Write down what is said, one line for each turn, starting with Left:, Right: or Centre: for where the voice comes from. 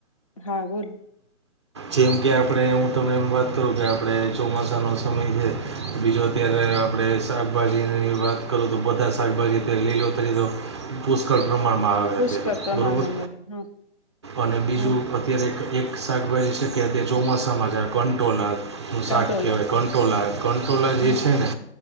Left: હા બોલ.
Right: જેમ કે આપણે હું તમને એમ વાત કરું કે આપડે ચોમાસાનો સમય છે. બીજો અત્યારે આપણડે શાકભાજીની વાત કરું તો બધા શાકભાજી અત્યારે લીલોતરી તો પુષ્કળ પ્રમાણમાં આવે
Left: પુષ્કળ
Right: અત્યારે
Left: પ્રમાણમાં
Right: બરોબર
Left: મળે હમ
Right: અને બીજું
Left: હમ
Right: અત્યારે એક શાકભાજી છે કે ત ચોમાસામાં જ કંટોલા નું
Left: કંટોલા
Right: શાક કહેવાય કંટ્રોલા
Left: હમ
Right: કંટ્રોલા જે
Left: હમ
Right: છે ને.